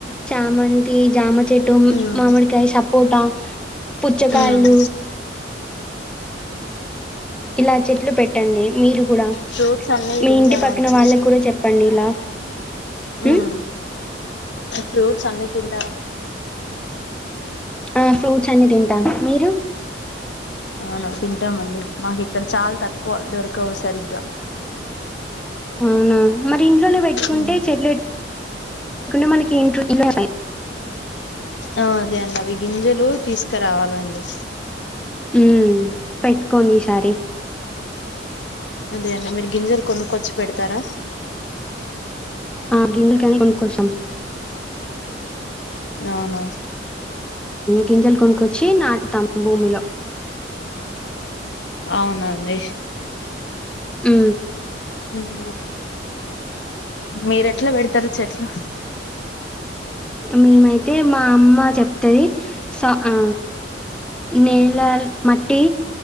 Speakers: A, in the centre; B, on the left.
A: చామంతి జామ పెటుం
B: ఉమ్,
A: మామిడికాయ సప్ పోటా పుచ్చకాయలు
B: ఉమ్.
A: ఇలా చెట్లు పెట్టండి మీరు గుడా
B: ఫ్రూట్స్ అన్ని
A: మీ
B: తింటారా
A: ఇంటి పక్కన
B: అండి మీరు
A: వాళ్ళక్కుడా చెప్పండి ఇలా
B: ఉమ్,
A: మ్
B: ఫ్రూట్స్ అన్ని తింటారా
A: ఆ ఫ్రూట్స్ అన్ని తింటాను మీరు
B: అవును తింటామండి మాకిక్కడ చాల్ తక్కువ దొరకవు సరిగ్గా
A: అవునా మరి ఇంట్లోనే పెట్కుంటే
B: ఉమ్.
A: చెట్లు మనకి ఇంట్లోనే
B: ఆ అదే అండవి గింజలు తీసుకురావాలండి
A: మ్మ్ పెట్టుకొనీసారి
B: అదే అండి మీరు గింజలు కొనుక్కొచు పెడతారా
A: ఆ గిందుకని కొను కొశం
B: అవునా
A: గింజలు కొనుకొచ్చి నాటుతమ్ భూమిలో
B: అవునండి
A: ఉ
B: ఉమ్, మీరు ఎట్లా పెడతారు చెట్లు
A: మేమైతే మా అమ్మ చెప్తది సా ఆ నేల మట్టి